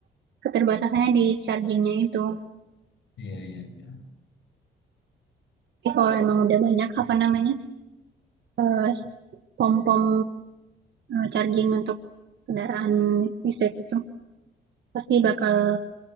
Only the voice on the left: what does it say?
Iya, iya, iya.